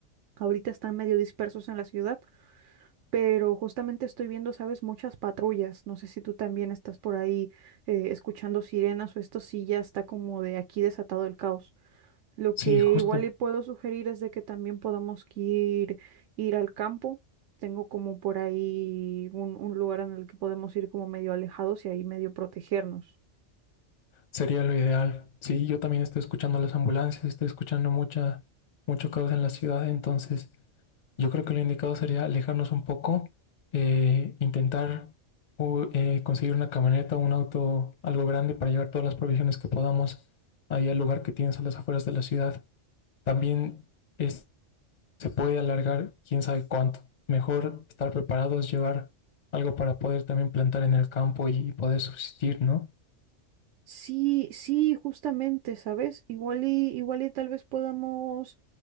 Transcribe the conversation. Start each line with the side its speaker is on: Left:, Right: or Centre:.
Right: ahorita están medio dispersos en la ciudad, pero justamente estoy viendo, sabes, muchas patrullas. No sé si tú también estás por ahí eh, escuchando sirenas o esto sí ya está como de aquí desatado el caos. Lo
Left: Sí,
Right: que
Left: justo,
Right: igual le puedo sugerir es de que también podamos que ir, ir al campo. Tengo como por ahí un, un lugar en el que podemos ir como medio alejados y ahí medio protegernos.
Left: sería lo ideal. Sí, yo también estoy escuchando las ambulancias, estoy escuchando mucha, mucho caos en la ciudad, entonces yo creo que lo indicado sería alejarnos un poco, eh, intentar u- eh, conseguir una camioneta, un auto, algo grande para llevar todas las provisiones que podamos ahí al lugar que tienes a las afueras de la ciudad. También... es se puede alargar quién sabe cuánto. Mejor estar preparados, llevar algo para poder también plantar en el campo y poder subsistir, ¿no?
Right: Sí, sí, justamente, ¿sabes? Igual y, igual y tal vez podamos,